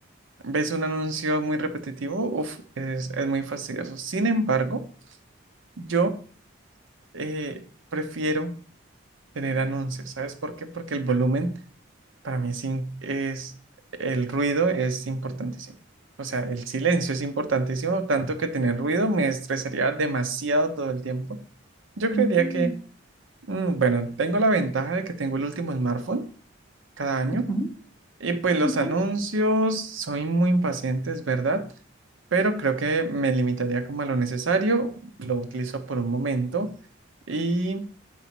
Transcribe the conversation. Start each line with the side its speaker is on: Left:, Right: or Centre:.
Right: ves un anuncio muy repetitivo, uf, es, es muy fastidioso. Sin embargo, yo eh, prefiero tener anuncios. ¿Sabes por qué? Porque el volumen para mí es, in- es- el ruido es importantísimo. O sea, el silencio es importantísimo, tanto que tener ruido me estresaría demasiado todo el tiempo. Yo creería
Centre: Mm,
Right: que Mm, Bueno, tengo la ventaja de que tengo el último smartphone cada año
Centre: ujú,
Right: y pues los
Centre: ujú.
Right: anuncios soy muy impaciente, es verdad, pero creo que me limitaría como a lo necesario, lo utilizo por un momento y,